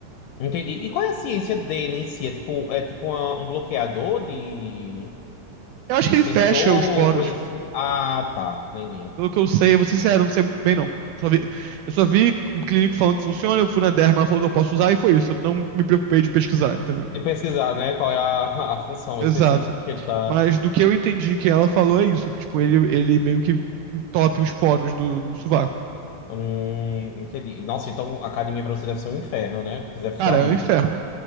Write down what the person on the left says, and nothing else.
Entendi. E qual é a ciência dele em si? É tipo, é tipo uma- um bloqueador de,
de
sensor,
alguma
coisa assim? Ah, tá. Entendi.
De pesquisar, né? Qual é a, <laughs> a função
específica que ele tá.
Hum, entendi. Nossa, então a academia pra você deve ser um inferno, né? Porque Você deve suar
muito.